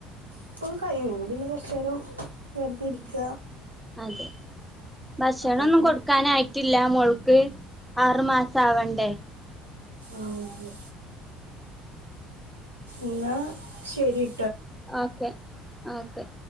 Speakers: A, on the right; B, in the centre.
A: ഇപ്പൊ കഴിയും പിന്നെ കുറച്ച നേരം വെറുതെ ഇരിക
B: ഉം അതെ ഭക്ഷണംന്നും
A: അപ്പൊ പിന്നെ
B: കൊടുക്കാനായിട്ട് ട്ടില്ല മോൾക്ക് ആറു മാസം ആവണ്ടേ
A: ആതെ എന്നാ ശരി..
B: ഓക്കെ ഓകെ